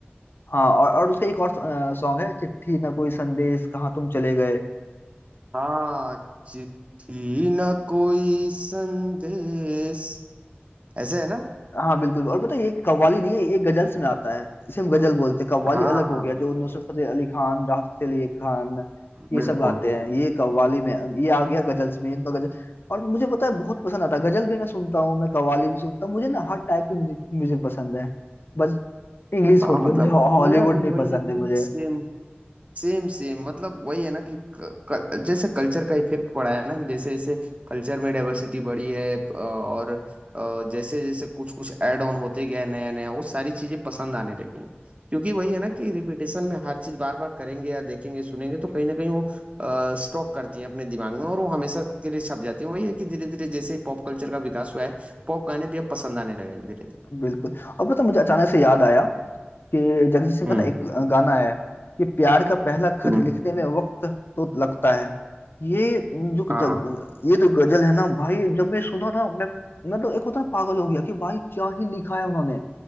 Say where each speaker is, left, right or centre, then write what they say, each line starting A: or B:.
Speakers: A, on the left; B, on the right.
A: हाँ और, और उसका एक और सॉन्ग है चिट्ठी ना कोई संदेश कहाँ तुम चले गए
B: हाँ चिट्ठी ना कोई संदेश ऐसे है ना
A: हाँ बिल्कुल और पता है ये कव्वाली नहीं है ये गजल्स में आता है इसे हम गजल बोलते हैं कव्वाली
B: हाँ
A: अलग हो
B: हाँ
A: गया
B: बिल्कुल
A: जो नुसरत फतेह अली खान राहत फतेह अली खान ये
B: बिल्कुल
A: सब गाते हैं ये कव्वाली में ये आ गया गजल्स में इनका गजल और मुझे पता है बहुत पसंद आता है गजल भी मैं सुनता हूँ मैं कव्वाली भी सुनता हूँ मुझे ना हर टाइप की म्यूजिक म्यूजिक पसंद है बस इंग्लिश
B: हाँ
A: छोड़
B: मतलब
A: के मुझे हॉलीवुड
B: मेरा भी
A: नहीं
B: वही
A: पसंद
B: है कि
A: है मुझे
B: सेम सेम सेम मतलब वही है ना कि क, क, जैसे कल्चर का इफेक्ट पड़ा है ना कि जैसे जैसे कल्चर में डाइवर्सिटी बढ़ी है अ, और अ, जैसे जैसे कुछ कुछ ऐड ऑन होते गया नया नया वो सारी चीजें पसंद आने लगी हैं क्योंकि वही है ना कि रिपीटेशन में हर चीज बार बार करेंगे या देखेंगे सुनेंगे तो कहीं ना कहीं वो स्टॉक करती हैं अपने दिमाग में और वो हमेशा के लिए छप जाती है वही है कि धीरे धीरे जैसे ही पॉप कल्चर का विकास हुआ है पॉप गाने भी अब पसंद आने लगे हैं धीरे धीरे
A: बिल्कुल और पता है, मुझे अचानक से याद आया कि जगजीत सिंह
B: हम्म
A: का ना एक गाना है कि प्यार का पहला खत
B: हम्म,
A: लिखने में वक्त तो लगता है ये जो
B: हाँ
A: जग, ये जो गजल है ना भाई जब मैं सुना ना मैं मैं तो एक होता है ना, पागल हो गया कि भाई क्या ही लिखा है उन्होंने